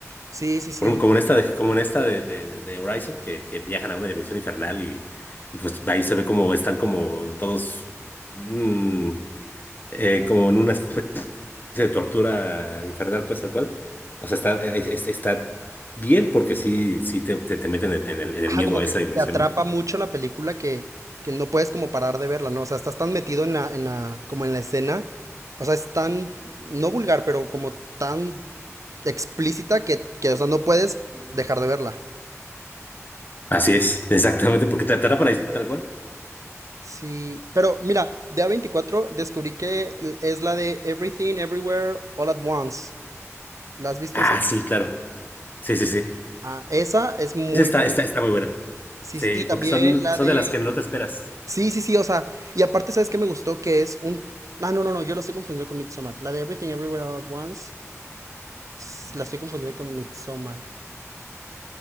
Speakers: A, on the right (about 90°); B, on the left (about 35°).
A: Sí, sí, sí.
B: Por ejemplo, como en esta de, como en esta de, de, de Horizon, que, que viajan a una dimensión infernal y, y pues ahí se ve como están como todos mm, eh, como en una de tortura infernal, pues tal cual. O sea, está, es- es- está bien porque sí, sí te, te, te meten en, en el, en
A: Ajá,
B: el miedo
A: como
B: a
A: que
B: esa dimensión,
A: te atrapa
B: ¿no?
A: mucho la película que, que no puedes como parar de verla, ¿no? O sea, estás tan metido en la, en la, como en la escena, o sea, es tan, no vulgar, pero como tan explícita que, que, o sea, no puedes dejar de verla.
B: Así es, exactamente, porque te para para tal cual.
A: Sí, pero mira, de A24 descubrí que l- es la de Everything, Everywhere, All at Once. ¿La has visto
B: Ah,
A: esa?
B: sí, claro. Sí, sí, sí.
A: Ah, esa es muy
B: Esa está,
A: buena.
B: está, está muy buena.
A: Sí,
B: Sí,
A: sí, y
B: porque
A: también
B: son,
A: la
B: son
A: de...
B: de las que no te esperas.
A: Sí, sí, sí, o sea, y aparte, ¿sabes qué me gustó? Que es un... Ah, no, no, no, yo la estoy confundiendo con Midsommar. La de Everything, Everywhere, All at Once, s- la estoy confundiendo con Midsommar.